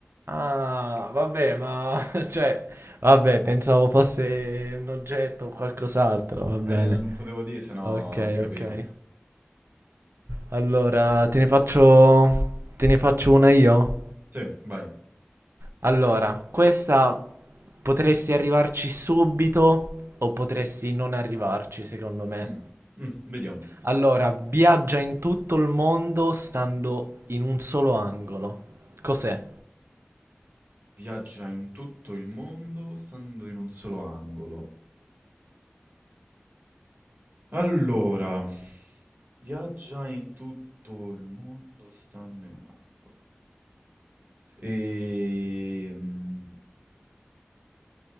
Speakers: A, on the right; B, on the right.
A: Ah, vabbè, ma <laughs> cioè, vabbè, pensavo fosse un oggetto o qualcos'altro, va bene.
B: Eh, no, non potevo dire, se no
A: Ok,
B: si capiva.
A: ok. Allora, te ne faccio te ne faccio una io?
B: Sì, vai.
A: Allora, questa potresti arrivarci subito o potresti non arrivarci, secondo me.
B: Mm, mm, vediamo.
A: Allora, viaggia in tutto il mondo stando in un solo angolo. Cos'è?
B: Viaggia in tutto il mondo stando in un solo angolo. Allora, viaggia in tutto il mondo stando in un angolo. E... mm,